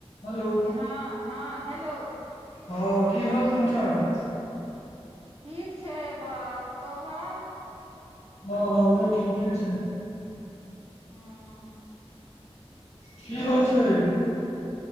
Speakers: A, on the left; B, on the right.
A: Hello
B: हँ हँ hello
A: हँ की हाल समाचार
B: ठीक छै बाउ तोहर
A: हँ हमरो ठीके छै
B: <unintelligible>
A: की होइ छै